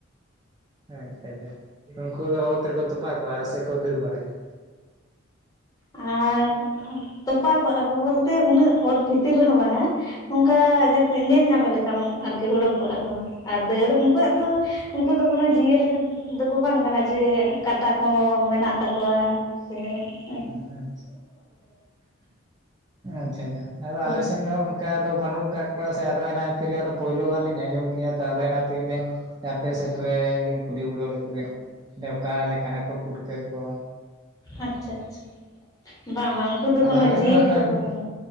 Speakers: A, on the right; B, on the left.
A: ᱟᱪᱪᱷᱟ ᱟᱪᱪᱷᱟ ᱱᱩᱝᱠᱩ ᱫᱚ ᱚᱛ ᱨᱮᱠᱚ ᱛᱚᱯᱟ ᱠᱚᱣᱟ ᱥᱮ ᱠᱚ ᱫᱟᱹᱲ ᱵᱟᱲᱟᱭᱟ
B: ᱦᱩᱭ, ᱛᱚᱯᱟ ᱠᱚᱜᱼᱟ ᱠᱚ ᱵᱚᱞᱛᱮ ᱩᱱᱟᱹᱜ ᱚᱛ ᱵᱷᱤᱛᱤᱨ ᱨᱮᱦᱚᱸ ᱵᱟᱝᱟ ᱱᱚᱝᱠᱟ ᱡᱟᱛᱮ ᱧᱮᱞ ᱧᱟᱢᱮ ᱞᱮᱠᱟᱢ ᱟᱨᱠᱤ ᱤᱰᱳᱠ ᱠᱚᱜᱼᱟ ᱠᱚ ᱟᱨ ᱫᱟᱹᱲ ᱩᱱᱠᱩᱣᱟᱜ ᱫᱚ ᱩᱱᱠᱩ ᱫᱚ ᱠᱳᱱᱳ ᱡᱤᱭᱟᱹᱞᱤ ᱫᱚᱠᱚ ᱵᱟᱝ ᱠᱟᱱᱟ ᱡᱮ ᱠᱟᱴᱟ ᱠᱚᱻ ᱢᱮᱱᱟᱜ ᱛᱟᱠᱚᱣᱟ ᱦᱮᱸ ᱟᱭ
A: ᱟᱪᱷᱟ ᱟᱪᱷᱟ ᱟᱪᱷᱟ ᱟᱫᱚ
B: ᱟᱪᱪᱷᱟ
A: ᱟᱞᱮ ᱥᱮᱱ ᱫᱚ ᱚᱱᱠ ᱚᱱᱠᱟ ᱫᱚ ᱵᱟᱹᱱᱩᱜ ᱠᱟᱫ ᱠᱚᱣᱟ ᱥᱮ ᱟᱫᱚ ᱮᱱᱟ ᱠᱷᱟᱹᱛᱤᱨ ᱜᱮ ᱟᱫᱚ ᱯᱳᱭᱞᱳ ᱵᱟᱨ ᱞᱤᱧ ᱟᱸᱚᱢ ᱠᱮᱜᱼᱟ ᱛᱚ ᱟᱫᱚ ᱮᱱᱟ ᱛᱤᱱ ᱫᱤᱱ ᱟᱯᱮ ᱥᱮᱛ ᱨᱮ ᱞᱤᱧ ᱠᱩᱞᱤ ᱵᱤᱞᱟᱹᱣ ᱞᱮᱫ ᱠᱚᱜᱮᱭᱟ ᱮᱻ ᱚᱠᱟ ᱞᱮᱠᱟᱱᱟᱠᱚ ᱯᱩᱴᱠᱟᱹ ᱠᱚ
B: ᱟᱪᱷᱟ ᱟᱪᱷᱟ ᱵᱟᱝ ᱵᱟᱝ ᱩᱱᱠᱩ ᱫᱚ
A: ᱟᱫᱚ
B: ᱠᱳᱱᱳ
A: ᱟᱞᱮ
B: ᱡᱤᱭᱟᱹᱞᱤ
A: ᱦᱟᱸᱜ
B: ᱫᱚᱠᱚ ᱵᱟᱝ